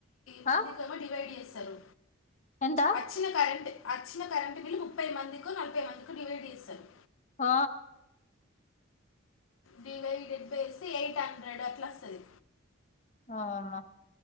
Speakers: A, on the left; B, on the left.
A: మందికేమో
B: ఆ
A: డివైడ్ చేస్తారు
B: ఎంత
A: వచ్చిన కరెంట్ వచ్చిన కరెంటు బిల్లు ముప్పై మందికో నలభై మందికో డివైడ్ చేస్తారు
B: హ
A: డివైడిడ్ బై వేస్తే ఎయిట్ హండ్రెడ్ అట్లా వస్తది
B: అవునా